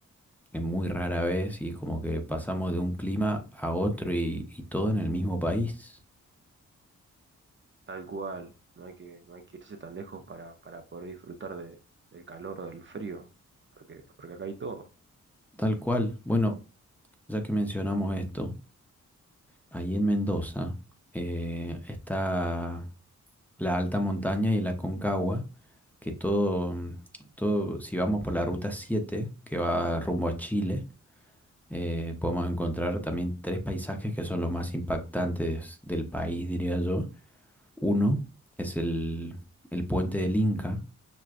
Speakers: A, in the centre; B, on the right.
A: es muy rara vez, y es como que pasamos de un clima a otro y y todo en el mismo país.
B: tal cual. No hay que, no hay que irse tan lejos para, para poder disfrutar de, del calor o del frío, porque, porque acá hay todo.
A: Tal cual. Bueno, ya que mencionamos esto. Ahí en Mendoza eh, está la alta montaña y la Concagua, que todo, mm, todo, si vamos por la ruta 7 que va rumbo a Chile, eh, podemos encontrar también tres paisajes que son los más impactantes del país, diría yo. Uno es el, el puente del Inca,